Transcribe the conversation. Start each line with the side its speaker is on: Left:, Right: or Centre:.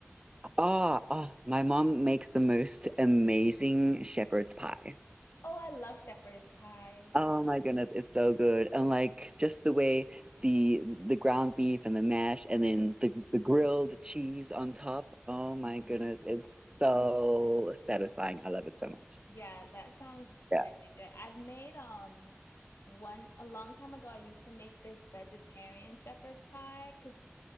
Right: Ah, oh, my mom makes the most amazing shepherd's pie.
Left: Oh, I love shepherd's pie.
Right: Oh my goodness, it's so good. And like just the way the the ground beef and the mash and
Left: Mhm.
Right: then the the grilled cheese on top. Oh my
Left: Mhm.
Right: goodness, it's so satisfying. I love it so much.
Left: Yeah, that sounds really
Right: Yeah.
Left: good. I've made um one a long time ago I used to make this vegetarian shepherd's pie because